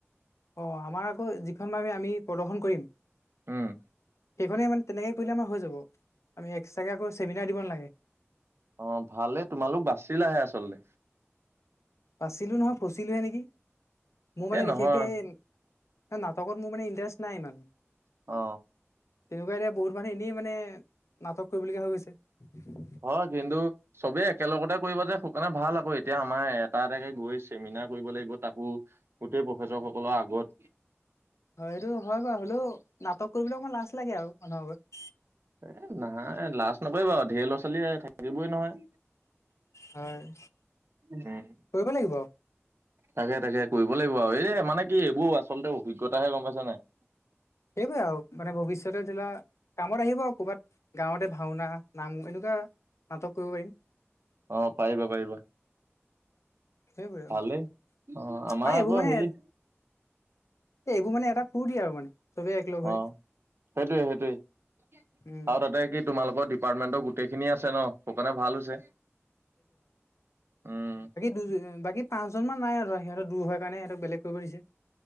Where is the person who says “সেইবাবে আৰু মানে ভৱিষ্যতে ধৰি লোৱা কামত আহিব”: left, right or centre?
Left